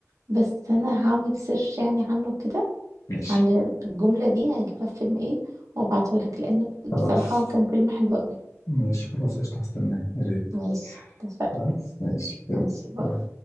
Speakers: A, on the right; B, on the left.
A: بس انا هعمل سيرش يعني عنه كده
B: ماشي
A: عن الجمله دي هجيبها في فيلم ايه وابعته لك لان بصراحه
B: خلاص
A: هو كان فيلم حلو قوي
B: ماشي خلاص قشطة هستناه يا ريت
A: ماشي اتفقنا
B: خلاص ماشي يلا
A: ماشي باي
B: باي